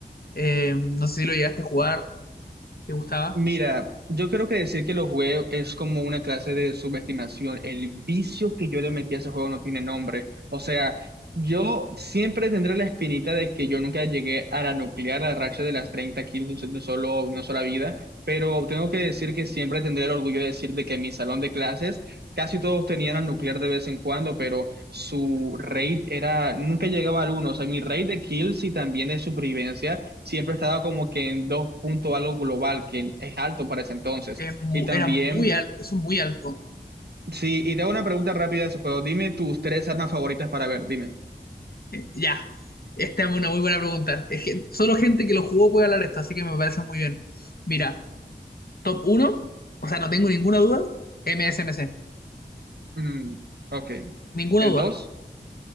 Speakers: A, on the left; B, on the right.
A: Eh, no sé si lo llegaste a jugar, ¿te gustaba?
B: Mira, yo creo que decir que lo jugué es como una clase de subestimación. El vicio que yo le metí a ese juego no tiene nombre. O sea, yo siempre tendré la espinita de que yo nunca llegué a la nuclear, a la racha de las 30 kills de un solo, una sola vida, pero tengo que decir que siempre tendré el orgullo de decir de que en mi salón de clases Casi todos tenían al nuclear de vez en cuando, pero su rate era, nunca llegaba al uno. O sea, mi rate de kills y también de supervivencia siempre estaba como que en 2 punto algo global, que es alto para ese entonces.
A: es mu-
B: Y también,
A: era muy alto, eso es muy alto.
B: sí, y te hago una pregunta rápida de ese juego. Dime tus tres armas favoritas para ver, dime.
A: Ya, esta es una muy buena pregunta. Es que solo gente que lo jugó puede hablar de esto, así que me parece muy bien. Mira, top uno o sea, no tengo ninguna duda, MSMC,
B: Mm, ok.
A: ninguna
B: ¿El
A: duda.
B: dos.